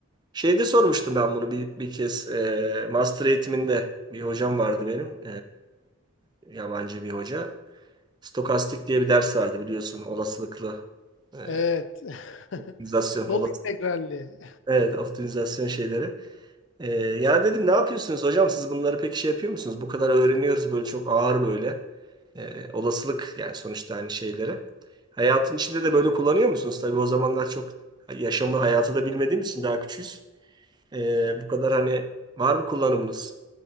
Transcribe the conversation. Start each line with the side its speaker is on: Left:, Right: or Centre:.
Right: şeyde sormuştum ben bunu bir, bir kez e, master eğitiminde bir hocam vardı benim. E, yabancı bir hoca. Stokastik diye bir ders vardı biliyorsun olasılıklı e,
Left: Evet.
Right: optimizasyon
Left: <laughs> Bol
Right: olası,
Left: integralli.
Right: evet optimizasyon şeyleri. Ee, ya dedim ne yapıyorsunuz hocam siz bunları pek şey yapıyor musunuz? Bu kadar öğreniyoruz böyle çok ağır böyle Ee, olasılık yani sonuçta aynı şeylere. Hayatın içinde de böyle kullanıyor musunuz? Tabii o zamanlar çok yaşamı hayatı da bilmediğimiz için daha küçüğüz. Ee, bu kadar hani var mı kullanımınız?